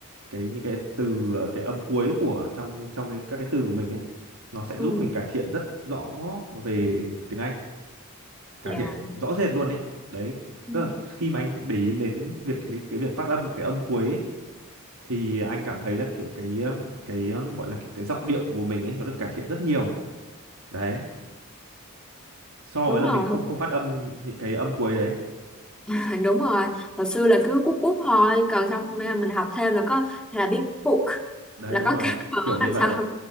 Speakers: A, on the right (about 75°); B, in the centre.
A: cái những cái từ ờ, cái âm cuối của trong trong cái các cái từ của mình ấy nó sẽ
B: ừ,
A: giúp mình cải thiện rất rõ về tiếng Anh cải
B: dạ
A: thiện rõ rệt luôn ấy đấy
B: Ừ.
A: tức là khi mà anh để ý đến việc cái cái việc phát âm cái âm cuối ấy, thì anh cảm thấy là kiểu cái ờ, cái ờ, gọi là kiểu cái giọng điệu của mình ấy nó được cải thiện rất nhiều đấy so
B: đúng
A: với là
B: rồi
A: mình không không phát âm những cái âm cuối đấy
B: <laughs> đúng rồi hồi xưa là cứ bút bút thôi còn xong mình học thêm là có hay là biết book
A: đấy
B: là
A: đúng
B: có
A: rồi
B: cái
A: đấy.
B: cờ
A: kiểu như
B: đằng
A: vậy
B: sau
A: đấy